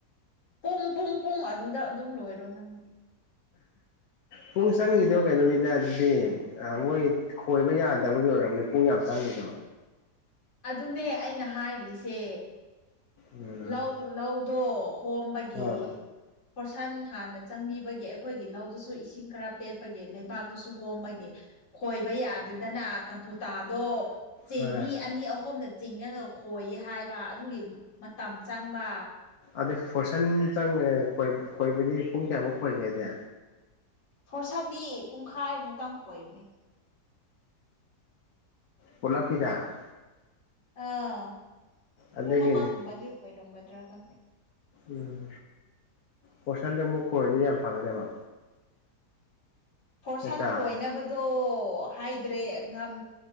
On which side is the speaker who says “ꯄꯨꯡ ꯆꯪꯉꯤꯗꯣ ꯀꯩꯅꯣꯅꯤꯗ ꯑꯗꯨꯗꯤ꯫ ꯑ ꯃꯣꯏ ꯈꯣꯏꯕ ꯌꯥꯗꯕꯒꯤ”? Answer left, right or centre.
Left